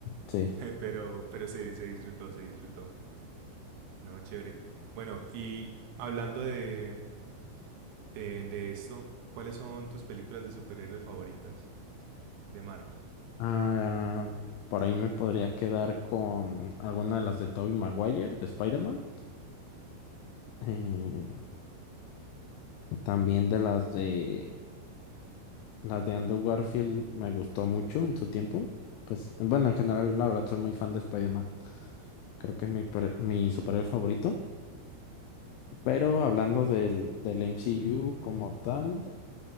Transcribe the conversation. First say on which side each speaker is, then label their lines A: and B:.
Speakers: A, on the left; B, on the right.
A: Sí.
B: Pero, pero se, se disfrutó, se disfrutó. No, chévere. Bueno, y hablando de, de, de esto, ¿cuáles son tus películas de superhéroe favoritas de Marvel?
A: Ah, por ahí me podría quedar con alguna de las de Tobey Maguire, de Spider-Man. Eh, también de las de las de Andrew Garfield me gustó mucho en su tiempo. Pues bueno, en general, la verdad, soy muy fan de Spider-Man. Creo que es mi, per- mi superhéroe favorito. Pero hablando del, del MCU como tal,